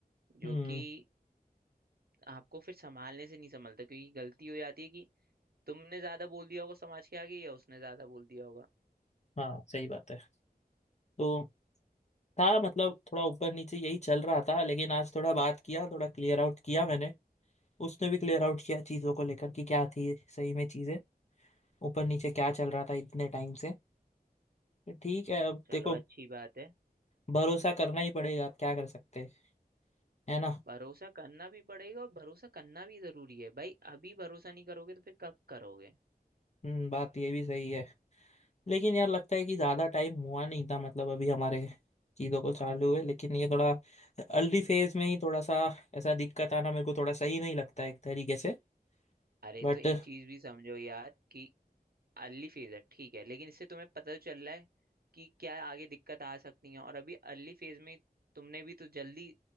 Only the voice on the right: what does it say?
जो कि आपको फिर संभालने से नहीं संभलता क्योंकि गलती हो जाती है कि तुमने ज्यादा बोल दिया होगा समाज के आगे या उसने ज्यादा बोल दिया होगा
चलो
अच्छी बात है
भरोसा करना भी पड़ेगा और भरोसा करना भी जरूरी है भाई अभी भरोसा नहीं करोगे तो फिर कब करोगे
अरे
तो एक चीज भी समझो यार कि अर्ली फेज है ठीक है लेकिन इससे तुम्हें पता तो चल रहा है कि क्या आगे दिक्कत आ सकती है और अभी अर्ली फेज में तुमने भी तो जल्दी